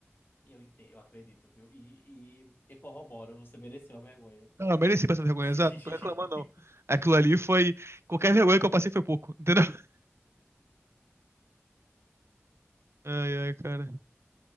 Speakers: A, on the left (about 50°); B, on the right (about 65°).
A: eu entendo, eu acredito, viu? E, e, e corroboro, você mereceu a vergonha.
B: Não, eu mereci passar vergonha,
A: <laughs>
B: exato, não tô reclamando, não. Aquilo ali foi. Qualquer vergonha que eu passei foi pouco, entendeu? <laughs> Ai, ai, cara.